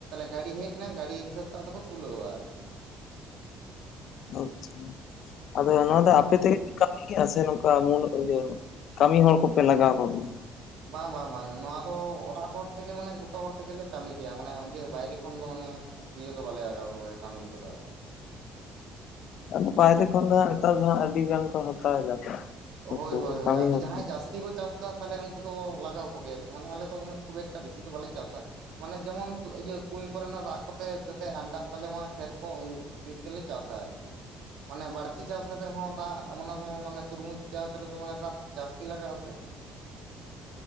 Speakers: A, on the right (about 70°); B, on the left (about 50°).
A: ᱜᱟᱹᱲᱤ ᱦᱮᱡ ᱮᱱᱟ ᱜᱟᱹᱲᱤ ᱦᱤᱥᱟᱹᱵᱽ ᱛᱮ ᱟᱫᱚ ᱠᱚ ᱛᱩᱞᱟᱹᱣᱟ ᱟᱨᱠᱤ।
B: ᱟᱪᱪᱷᱟ ᱟᱫᱚ ᱱᱚᱣᱟ
A: ᱦᱮᱸ
B: ᱫᱚ ᱟᱯᱮ ᱛᱮ ᱼᱼ ᱠᱟᱹᱢᱤ ᱜᱮᱭᱟ ᱥᱮ ᱱᱚᱝᱠᱟ ᱢᱩᱞ ᱤᱭᱟᱹ ᱠᱟᱹᱢᱤ ᱦᱚᱲ ᱠᱚ ᱯᱮ ᱞᱟᱜᱟᱣ ᱠᱚ ᱜᱮᱭᱟ
A: ᱵᱟᱝ ᱵᱟᱝ ᱵᱟᱝ ᱱᱚᱣᱟ ᱫᱚ ᱚᱲᱟᱜ ᱦᱚᱲ ᱛᱮᱜᱮ ᱢᱟᱱᱮ ᱡᱷᱚᱛᱚ ᱦᱚᱲ ᱛᱮᱜᱮ ᱞᱮ ᱠᱟᱹᱢᱤ ᱜᱮᱭᱟ ᱢᱟᱱᱮ ᱤᱭᱟᱹ ᱵᱟᱭᱨᱮ ᱠᱷᱚᱱ ᱫᱚ ᱢᱟᱱᱮ ᱤᱭᱟᱹ ᱠᱚ ᱵᱟᱞᱮ ᱞᱟᱜᱟᱣ ᱠᱚ ᱜᱮᱭᱟ᱾ ᱠᱟᱢᱤᱱ ᱠᱚᱫᱚ ᱟᱨᱠᱤ।
B: ᱟᱫᱚ ᱵᱟᱭᱨᱮ ᱠᱷᱚᱱ ᱫᱚ ᱦᱟᱸᱜ ᱱᱮᱛᱟᱨ ᱫᱚ ᱦᱟᱸᱜ ᱟᱹᱰᱤ ᱜᱟᱱ ᱠᱚ ᱦᱟᱛᱟᱣ ᱮᱫᱟ ᱠᱚ।
A: ᱦᱳᱭ
B: ᱩᱱᱠᱩ
A: ᱦᱳᱭ ᱦᱳᱭ
B: ᱠᱟᱹᱢᱤ
A: ᱟᱫᱚ
B: ᱦᱚᱲ
A: ᱡᱟᱦᱟᱸᱭ ᱡᱟᱥᱛᱤ ᱠᱚ ᱪᱟᱥ ᱼᱼ ᱟ ᱛᱟᱦᱟᱞᱮ ᱩᱱᱠᱩ ᱫᱚ ᱞᱟᱜᱟᱣ ᱠᱚᱜᱮᱭᱟ ᱠᱚ᱾ ᱢᱟᱱᱮ ᱟᱞᱮ ᱫᱚ ᱩᱱᱟᱹᱜ ᱠᱷᱩᱵᱽ ᱮᱠᱴᱟ ᱵᱮᱥᱤ ᱫᱚ ᱵᱟᱞᱮ ᱪᱟᱥᱟ। ᱢᱟᱱᱮ ᱡᱮᱢᱚᱱ ᱛᱚ ᱤᱭᱟᱹ ᱠᱩᱧ ᱠᱚᱨᱮᱱᱟᱜ ᱫᱟᱜ ᱠᱚᱛᱮ ᱡᱟᱛᱮ ᱟᱱᱴᱟᱜ ᱛᱟᱞᱮ ᱢᱟ ᱠᱷᱮᱛ ᱠᱚ। ᱤᱱᱠᱟᱹᱞᱮ ᱪᱟᱥᱟ ᱟᱨᱠᱤ᱾ ᱢᱟᱱᱮ ᱵᱟᱹᱲᱛᱤ ᱪᱟᱥ ᱠᱟᱛᱮᱫ ᱦᱚᱸ ᱫᱟᱜ ᱟᱢ ᱚᱱᱟ ᱠᱚᱢᱟ ᱢᱟᱱᱮ ᱛᱩᱨᱢᱩᱡᱽ ᱼᱼ ᱪᱟᱥ ᱨᱮ ᱫᱚ ᱢᱟᱱᱮ ᱫᱟᱜ ᱡᱟᱹᱥᱛᱤ ᱞᱟᱜᱟᱜ ᱟ ᱥᱮ᱾